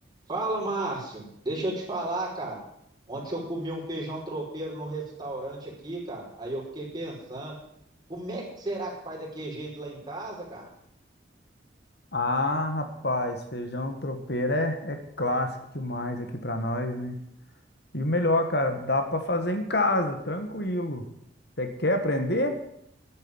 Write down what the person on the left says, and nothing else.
Ah, rapaz, feijão tropeiro é, é clássico demais aqui pra nós, né? E o melhor, cara, dá pra fazer em casa, tranquilo. Você quer aprender?